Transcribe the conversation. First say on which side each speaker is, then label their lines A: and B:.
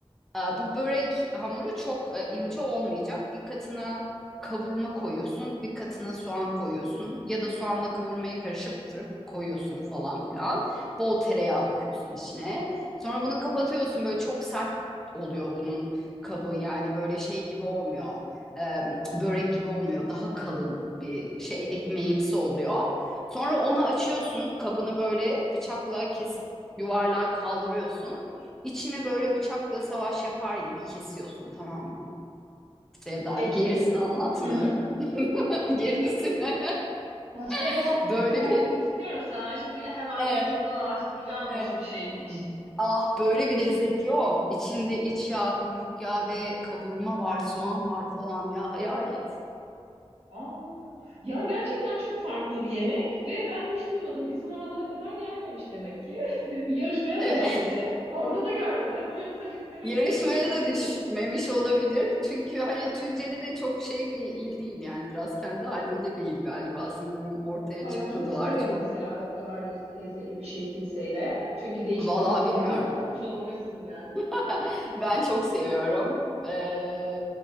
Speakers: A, in the centre; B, on the right.
A: Ee, Bu börek hamuru çok e, ince olmayacak. Bir katına kavurma koyuyorsun, bir katına soğan koyuyorsun ya da soğanla kavurmayı karıştırıp koyuyorsun falan filan. Bol tereyağı döküyorsun içine. Sonra bunu kapatıyorsun. Böyle çok sert oluyor bunun kabı. Yani böyle şey gibi olmuyor. Ee, börek gibi olmuyor. Daha kalın bir şey, ekmeğimsi oluyor. Sonra onu açıyorsun. Kabını böyle bıçakla kesip yuvarlağa kaldırıyorsun. İçine böyle bıçakla savaş yapar gibi kesiyorsun tamam mı? Sevda
B: Ekmeğin.
A: gerisini anlatmıyorum.
B: Hı hı.
A: <laughs> Gerisini
B: Başka zaman
A: <laughs> böyle
B: bunun tarifini
A: bir
B: istiyorum sana. Şimdi hemen
A: e,
B: YouTube'dan araştıracağım nasıl
A: e.
B: bir şeymiş.
A: Ah böyle bir lezzet yok. İçinde iç yağ, kuyruk yağı ve kavurma var, soğan var falan ya hayal et.
B: Aa, ya gerçekten çok farklı bir yemek ve ben hiç duymadım. Bizim oralara kadar gelmemiş demek ki. <laughs> Yarışmaya
A: E,
B: da düşmedi. Orada da görmedim. <laughs> Yoksa listeme
A: <laughs> yarışmaya
B: girebilirdi
A: da
B: çünkü.
A: düşmemiş olabilir. Çünkü hani Tunceli de çok şey bir il değil yani biraz kendi halinde bir il galiba sanırım ortaya
B: Paylaşmak
A: çıkmadılar
B: istemediniz
A: çok.
B: herhalde bu kadar lüz- lezzetli bir şey kimseyle. Çünkü değiştirileceğinden
A: Vallahi bilmiyorum.
B: korkmuş olabilirsiniz yani.
A: <laughs> Ben çok seviyorum. Ee,